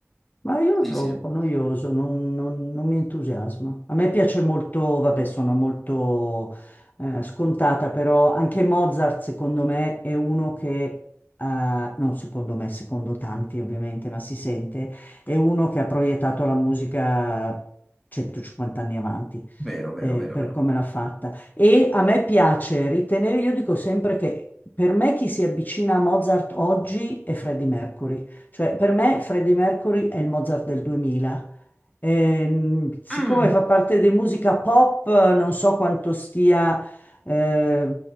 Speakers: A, on the left; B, in the centre.
A: Ma io lo
B: Sì,
A: trovo
B: sì,
A: un po' noioso, non, non- non mi entusiasma. A me piace molto, vabbè, sono molto eh, scontata, però anche Mozart, secondo me, è uno che, eh, non secondo me, secondo tanti ovviamente, ma si sente, è uno che ha proiettato la musica 150 anni avanti,
B: vero, vero,
A: eh,
B: vero,
A: per
B: vero.
A: come l'ha fatta. E a me piace ritenere, io dico sempre che per me chi si avvicina a Mozart oggi è Freddie Mercury. Cioè, per me Freddie Mercury è il Mozart del 2000. Ehm, siccome
B: mm,
A: fa parte di musica pop, non so quanto stia, eh,